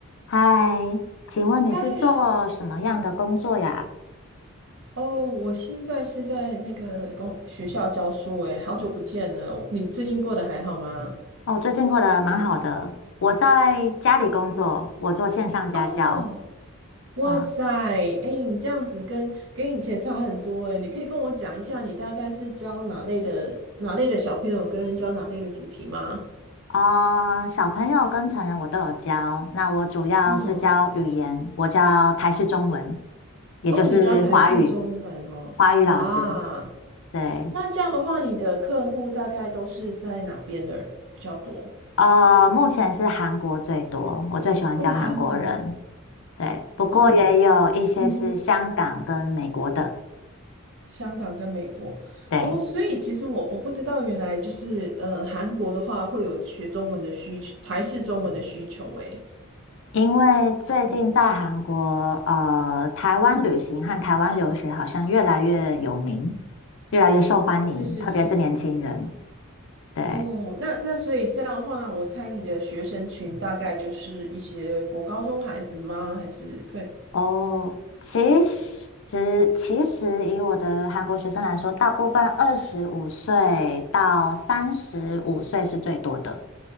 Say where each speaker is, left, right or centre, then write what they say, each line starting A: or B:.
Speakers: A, on the left (about 60°); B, on the right (about 60°).
A: 嗨，请问你是做什么样的工作呀？
B: 哎呀，哦，我现在是在那个公学校教书，哎，好久不见了，你最近过得还好吗？
A: 哦，最近过得蛮好的。我在家里工作，我做线上家教。
B: 哦，哇塞，
A: 啊
B: 哎，你这样子跟跟以前差很多，哎，你可以跟我讲一下你大概是教哪类的哪类的小朋友，跟教哪类的主题吗？
A: 呃，小朋友跟成人我都有教。那我主要是教语言，
B: 嗯，
A: 我教台式中文，也就是华语，
B: 哦，你教台式中文哦，
A: 华语老师。
B: 哇，
A: 对，
B: 那这样的话，你的客户大概都是在哪边的人比较多？
A: 呃，目前是韩国最多，我最喜欢教韩国人。
B: 哦，韩国，
A: 对，不过也有一些是香港跟美国的。
B: 哦，嗯哼。香港跟美国哦，
A: 对。
B: 所以其实我我不知道，原来就是呃，韩国的话会有学中文的需求，台式中文的需求，诶，
A: 因为最近在韩国，
B: 嗯
A: 呃，台湾旅行和台湾留学好像越来越有名，
B: 嗯，
A: 越来越受欢迎，
B: 是是是。
A: 特别是年轻人。对，
B: 哦，那那所以这样的话，我猜你的学生群大概就是一些国高中孩子吗？还是可以？
A: 哦，其实其实以我的韩国学生来说，大部分二十五岁到三十五岁是最多的。